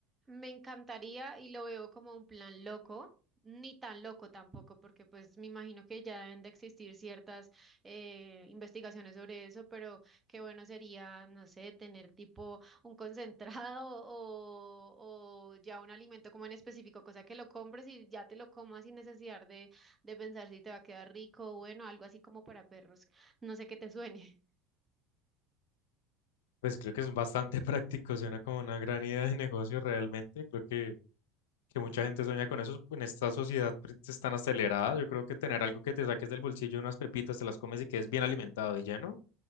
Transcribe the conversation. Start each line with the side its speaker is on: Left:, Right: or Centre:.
Right: me encantaría y lo veo como un plan loco, ni tan loco tampoco, porque pues me imagino que ya deben de existir ciertas eh, investigaciones sobre eso, pero qué bueno sería, no sé, tener tipo un concentrado o, o ya un alimento como en específico, cosa que lo compres y ya te lo comas sin necesidad de, de pensar si te va a quedar rico o bueno, algo así como para perros, no sé qué te suene.
Left: Pues creo que es bastante <laughs> práctico, suena como una gran idea de negocio realmente. Creo que que mucha gente sueña con eso, en esta sociedad pues, es tan acelerada, yo creo que tener algo que te saques del bolsillo, unas pepitas, te las comes y quedes bien alimentado y lleno,